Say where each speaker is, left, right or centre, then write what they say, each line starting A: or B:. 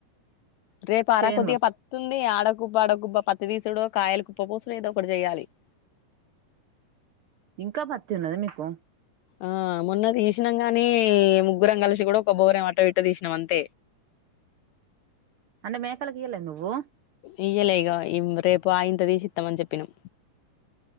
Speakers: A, on the left; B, on the right.
A: రేపార
B: చేను
A: కొద్దిగా పతుం కానీ ఆడగుబ్బ ఆడగుబ్బ పత్తి తీసుడో కాయలు కుప్ప పోసూడో ఏదో ఒకటి చెయాలి <inaudible>
B: ఇంకా పత్తి ఉన్నదా మీకు
A: ఆ మొన్న తీసినాం గాని ముగ్గురం కలిసి కూడా ఒక బోరు ఏం అటో ఇటో తీసినాం అంతే <inaudible>
B: అంటే మేకాలకి ఇయలె నువ్వు
A: ఇయ్యలేగ రేపు ఆ ఇంత తీసి ఇస్తామని చెప్పినాం